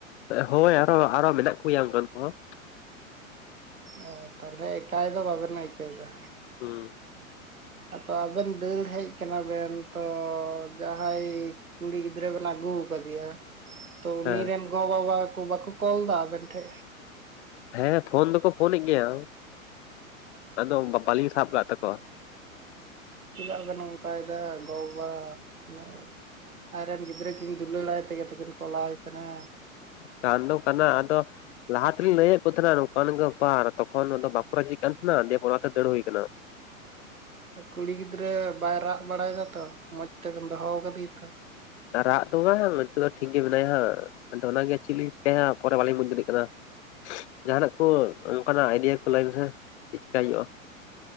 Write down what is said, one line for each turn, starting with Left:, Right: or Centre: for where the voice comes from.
Left: ᱦᱳᱭ ᱟᱨᱚ ᱟᱨᱚ ᱢᱮᱱᱟᱜ ᱠᱚᱜᱮᱭᱟ ᱚᱱᱠᱟᱱ ᱠᱚᱦᱚᱸ
Right: ᱚ ᱛᱟᱦᱚᱞᱮ ᱮᱠᱟᱭ ᱫᱚ ᱵᱟᱵᱮᱱ ᱟᱹᱭᱠᱟᱹᱣᱮᱫᱟ
Left: ᱦᱩᱸ
Right: ᱟᱫᱚ ᱟᱵᱮᱱ ᱫᱟᱹᱲ ᱦᱮᱡ ᱠᱟᱱᱟ ᱵᱮᱱ ᱛᱚ ᱡᱟᱦᱟᱸᱭ ᱠᱩᱲᱤ ᱜᱤᱫᱽᱨᱟᱹ ᱵᱮᱱ ᱟᱜᱩ ᱣᱟᱠᱟᱫᱮᱭᱟ ᱛᱚ ᱩᱱ
Left: ᱦᱮᱸ
Right: ᱨᱮᱱ ᱜᱚ ᱵᱟᱵᱟ ᱠᱚ ᱵᱟᱠᱚ ᱠᱚᱞ ᱮᱫᱟ ᱟᱵᱮᱱ ᱴᱷᱮ?
Left: ᱦᱮᱸ ᱯᱷᱳᱱ ᱫᱚᱠᱚ ᱯᱷᱳᱱᱮᱫ ᱜᱮᱭᱟ ᱟᱫᱚ ᱵᱟᱹᱞᱤᱧ ᱥᱟᱵ ᱠᱟᱫ ᱛᱟᱠᱚᱣᱟ
Right: ᱪᱮᱫᱟᱜ ᱵᱮᱱ ᱱᱚᱝᱠᱟᱭᱮᱫᱟ ᱜᱚ ᱵᱟᱵᱟ ᱟᱡ ᱨᱮᱱ ᱜᱤᱫᱽᱨᱟᱹ ᱠᱤᱱ ᱫᱩᱞᱟᱹᱲᱟᱭ ᱛᱮᱜᱮ ᱠᱤᱱ ᱠᱚᱞᱟᱣ ᱟᱭ ᱠᱟᱱᱟ
Left: ᱠᱟᱱ ᱫᱚ ᱠᱟᱱᱟ ᱟᱫᱚ ᱞᱟᱦᱟ ᱛᱮᱞᱤᱧ ᱞᱟᱹᱭᱮᱫ ᱠᱚ ᱛᱟᱦᱮᱱᱟ ᱱᱚᱝᱠᱟᱱ ᱱᱚᱝᱠᱟᱱ ᱜᱮ ᱜᱟᱯᱟᱨ ᱛᱚᱠᱷᱚᱱ ᱫᱚ ᱵᱟᱸᱠᱩ ᱨᱟᱡᱤᱜ ᱠᱟᱱ ᱛᱟᱦᱮᱱᱟ ᱫᱤᱭᱮ ᱯᱚᱨᱛᱮ ᱫᱟᱹᱲ ᱦᱩᱭᱩᱟᱱᱟ
Right: ᱠᱩᱲᱤ ᱜᱤᱫᱽᱨᱟᱹ ᱵᱟᱭ ᱨᱟᱜ ᱵᱟᱲᱟᱭ ᱫᱟᱛᱚ ᱢᱚᱸᱡᱽ ᱛᱮᱵᱚᱱ ᱫᱚᱦᱚ ᱟᱠᱟᱫᱮᱭᱟ ᱛᱚ?
Left: ᱨᱟᱜ ᱫᱚ ᱵᱟᱝ ᱱᱤᱛᱚᱜ ᱫᱚ ᱴᱷᱤᱠ ᱜᱮ ᱢᱮᱱᱟᱭᱟ ᱦᱟᱜ ᱟᱫᱚ ᱚᱱᱟᱜᱮ ᱪᱮᱫᱤ ᱦᱮᱸ ᱦᱮᱸ ᱯᱚᱨᱮ ᱵᱟᱞᱤᱧ ᱵᱩᱡᱽ ᱫᱟᱲᱮᱭᱟᱜ ᱠᱟᱱᱟ ᱡᱟᱦᱱᱟᱜ ᱠᱚ ᱚᱱᱠᱟᱱᱟᱜ ᱟᱭᱰᱤᱭᱟ ᱠᱚ ᱞᱟᱹᱭ ᱢᱮᱥᱮ ᱪᱮᱫ ᱪᱮᱠᱟᱹᱭ ᱦᱩᱭᱩᱜᱼᱟ?